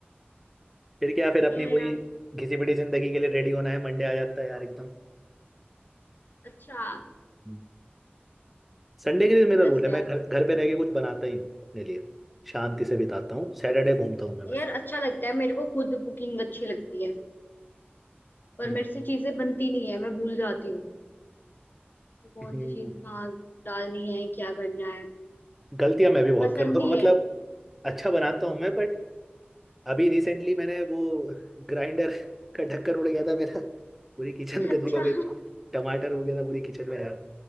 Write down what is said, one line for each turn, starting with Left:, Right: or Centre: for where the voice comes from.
Centre: फिर क्या
Left: बढ़िया
Centre: फिर अपनी
Left: है
Centre: वही
Left: यार
Centre: घिसी पिटी जिंदगी के लिए रेडी होना है मंडे आ जाता है यार एकदम
Left: अच्छा
Centre: हम्म। संडे के दिन मेरा
Left: बस
Centre: रूल
Left: यार
Centre: है मैं घर घर पे रह के कुछ बनाता ही हूँ अपने लिए शांति से बिताता हूँ सैटरडे घूमता हूँ मैं बस
Left: यार अच्छा लगता है मेरे को खुद कुकिंग अच्छी लगती है पर
Centre: हम्म।
Left: मेरे से चीजें बनती नहीं है मैं भूल जाती हूँ कि कौन
Centre: हम्म,
Left: सी चीज कहाँ डालनी है क्या करना है
Centre: गलतियां मैं भी बहुत
Left: पसंद
Centre: करता
Left: ही
Centre: हूँ मतलब
Left: है
Centre: अच्छा बनाता हूँ मैं बट अभी रिसेंटली मैंने वो ग्राइंडर का ढक्कन उड़ गया था मेरा पूरी किचन
Left: <laughs>
Centre: गंदी
Left: अच्छा
Centre: हो गई थी टमाटर हो गया था पूरी किचन में यार